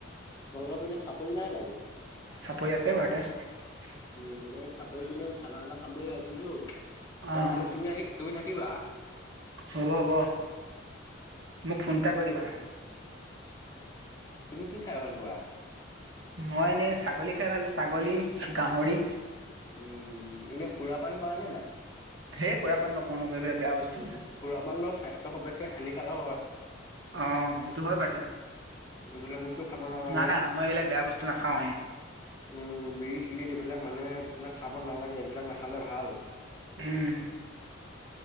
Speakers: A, on the left; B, on the right.
A: ৰঙৰ প চাপৰি নাই জানো
B: চপৰি আছে বাৰু এটা
A: উম তাকৰি পি খানা খানা খাম বুলি ভাবিছো ত
B: অহ
A: ত তুমি আহি তুমি থাকিবা।
B: হ'ব হ'ব মোক ফোন এটা কৰিবা
A: তুমি কি খাই ভাল পোৱা।
B: মই এনে ছাগলী খাই ভালো ছাগলী গাহৰি।
A: উম এনেই সুৰাপান কৰা নে নাই।
B: সেই
A: উ
B: সুৰাপান নকৰো নকৰো এইবিলাক বেয়া বস্তু
A: খুৰা মান বাৰু স্বাস্থ্য সবতকে হানিকাৰক হয়।
B: অ সেইটো হয় বাৰতেন
A: এইবিলাক বস্তু খাব নালাগে।
B: নাই নাই মই এইবিলাক বেয়া বস্তু নাখাওহে-
A: উম বিৰি চিগেট এইবিলাক মানুহে মানে খাব নালাগে এইবিলাক নাখালে ভাল।
B: উম